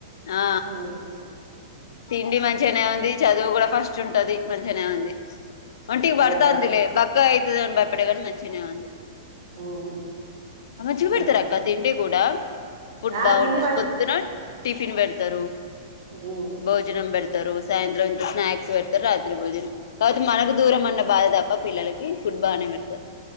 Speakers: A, on the left; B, on the right.
A: ఆ
B: ఉమ్
A: తిండి మంచిగానే ఉంది. చదువు కూడా ఫస్ట్ ఉంటది మంచిగానే ఉంది ఒంటికి బర్తా
B: అదే వా
A: అందిలి బక్క యితే భయపడవ మంచిషునే వంది
B: ఉమ్
A: అ మ జు పెడతారా
B: అదే
A: అక్క తిడి కూడా ఫుడ్
B: ఆ
A: బాగుంటది
B: తిండి మంచి
A: పొద్దున్నే టిఫిన్ పెడతారు
B: ఉమ్
A: భోజనం పెడత్ రు సాయంత్రం ఇంత స్నాక్స్ పెడతారు రాత్రి భోజన అ మ దూరమన్న బాధదాప పిల్లకి ఫుట్బా అనే పెడతారు